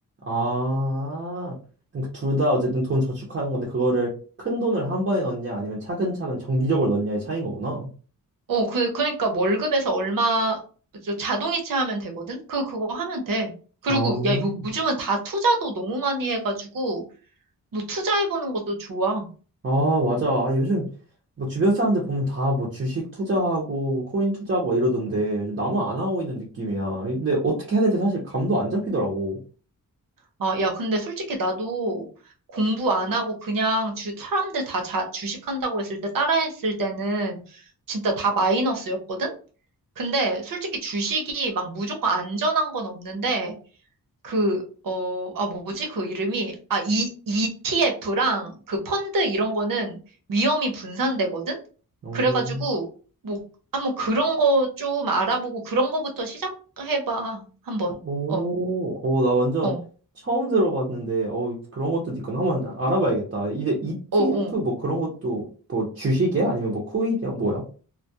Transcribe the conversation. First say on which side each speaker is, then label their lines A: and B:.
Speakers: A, on the right (about 35°); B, on the right (about 65°).
A: 아, 그러니까 둘다 어쨌든 돈 저축하는 건데 그거를 큰 돈을 한 번에 넣냐 아니면 차근차근 정기적으로 넣냐의 차이인 거구나.
B: 어, 그, 그러니까 뭐 월급에서 얼마 저 자동이체 하면 되거든? 그, 그거 하면 돼. 그리고
A: 아.
B: 야, 요- 요즘은 다 투자도 너무 많이 해가지고 너 투자해보는 것도 좋아.
A: 아, 맞아. 아, 요즘 뭐 주변 사람들 보면 다 뭐 주식 투자하고 뭐 코인 투자하고 막 이러던데 요즘 나만 안 하고 있는 느낌이야. 근데 어떻게 해야 될지 사실 감도 안 잡히더라고.
B: 아, 야, 근데 솔직히 나도 공부 안 하고 그냥 주, 사람들 다 자, 주식한다고 했을 때 따라했을 때는 진짜 다 마이너스였거든? 근데 솔직히 주식이 막 무조건 안전한 건 없는데 그, 어, 아, 뭐지? 그 이름이, 아, 이, ETF랑 그 펀드 이런 거는 위험이 분산되거든?
A: 오,
B: 그래가지고, 뭐, 한번 그런 거 좀 알아보고 그런 거부터 시작해봐. 한번.
A: 오,
B: 어,
A: 오, 나 완전
B: 어,
A: 처음 들어봤는데 어 그런 것도 있구나. 한번 나- 알아봐야겠다. 이게 ETF
B: 어, 어.
A: 뭐 그런 것도 뭐 주식이야? 아니면 뭐 코인이야? 뭐야?